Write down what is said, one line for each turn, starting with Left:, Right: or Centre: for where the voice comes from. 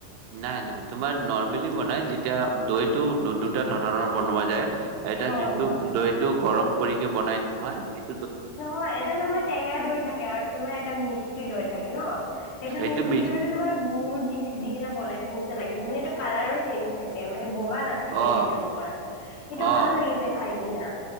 Right: নাই নাই, তোমাৰ নৰ্মেলি বনাই যেতিয়া দৈটো দু-দুটা ধৰণৰ বনোৱা যায়। এটা
Left: হয়
Right: যোনটো
Left: হয়।
Right: দৈটো গৰম কৰিকে বনাই নহয় সেই
Left: নহয় এটা তোমাৰ টেঙা দৈ থাকে, আৰু তোমাৰ এটা মিষ্টিৰ দৈ থাকে ন। সেইটো
Right: এইটো
Left: মিষ্টি
Right: মিজ
Left: দৈটো তোমাৰ গুড় দিছ-দি কিনা বনাইছে নিচিনা লাগি মানে এইটো কালাৰো চেঞ্জ থাকে মানে মানে বগা নাথাকে
Right: অ',
Left: সেইটো, তোমাৰ সেইটো
Right: অ',
Left: ভাল লাগিছে খাই কিনা